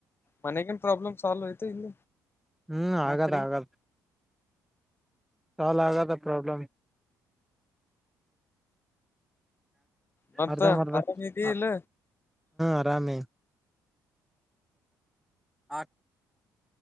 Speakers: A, on the left; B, in the centre.
A: ಮನೆಗಿನ್ ಪ್ರಾಬ್ಲಮ್ ಸಾಲ್ವ ಆಯ್ತಾ ಇಲ್ಲ.
B: ಹ್ಮ್ ಆಗದ ಆಗದ ಸಾಲ್ವ್ ಆಗದ ಪ್ರಾಬ್ಲಮ್.
A: ಮತ್ತ
B: ಅರ್ಧ ಮರ್ದ್
A: ಆರಾಮ ಇದಿ
B: ಹಾ
A: ಇಲ್ಲ
B: ಆರಾಮವಿ. <inaudible>